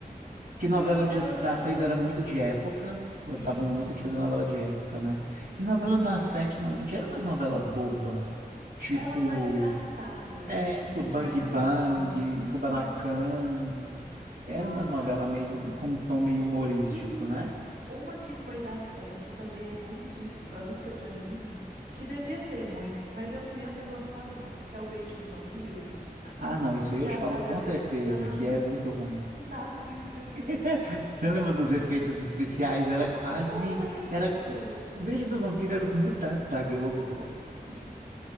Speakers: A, on the right; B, on the right.
A: Sim,
B: Porque novela de,
A: elas
B: da
A: eram.
B: seis era muito de época, gostavam
A: Isso,
B: muito de fazer novela de época, né? E novela
A: sim.
B: da sete normalmente era umas novela boba, tipo.
A: Eram as mais engraçadas,
B: É,
A: assim,
B: tipo
A: né?
B: Bang
A: Com mais
B: Bang,
A: alívio cômico.
B: Kubanacan.
A: Isso.
B: Era
A: Nossa,
B: umas novelas meio com um tom meio humorístico,
A: uhum.
B: né?
A: Uma que foi da Sete também é muito de infância pra mim, que devia ser ruim, mas eu criança gostava muito, que é o Beijo do Vampiro.
B: Ah, não, isso
A: Já
B: aí eu te falo
A: a Flávia
B: com
A: Alessandra,
B: certeza que é
A: <laughs>
B: muito ruim.
A: o Tarcísio
B: <laughs>
A: Meira.
B: Você lembra dos efeitos especiais? Era quase,
A: Não lembro.
B: era o beijo do vampiro era os mutantes da Globo, pô.
A: Entendi.